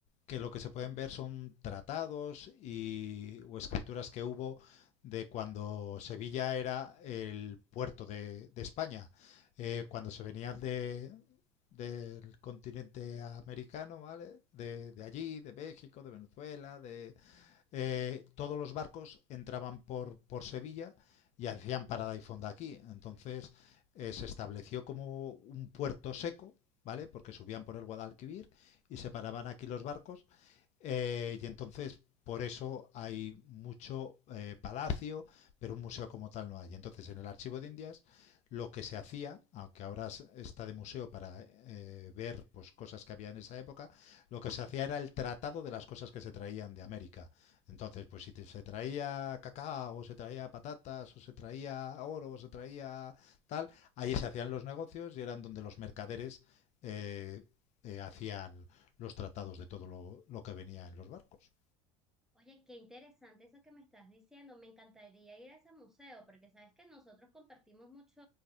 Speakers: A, on the left; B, in the centre.
A: que lo que se pueden ver son tratados y, o escrituras que hubo de cuando Sevilla era el puerto de, de España, eh, cuando se venían de, del continente americano, ¿vale? De, de allí, de México, de Venezuela, de, eh, todos los barcos entraban por, por Sevilla y hacían parada y fonda aquí. Entonces eh, se estableció como un puerto seco, ¿vale? Porque subían por el Guadalquivir y se paraban aquí los barcos eh, y entonces, por eso hay mucho eh, palacio, pero un museo como tal no hay. Entonces, en el Archivo de Indias, lo que se hacía, aunque ahora está de museo para eh, ver pues, cosas que había en esa época, lo que se hacía era el tratado de las cosas que se traían de América. Entonces, pues si te- se traía cacao, o se traía patatas, o se traía oro, o se traía tal, ahí se hacían los negocios y eran donde los mercaderes eh, eh, hacían los tratados de todo lo, lo que venía en los barcos.
B: Oye, qué interesante eso que me estás diciendo. Me encantaría ir a ese museo porque sabes que nosotros compartimos mucho,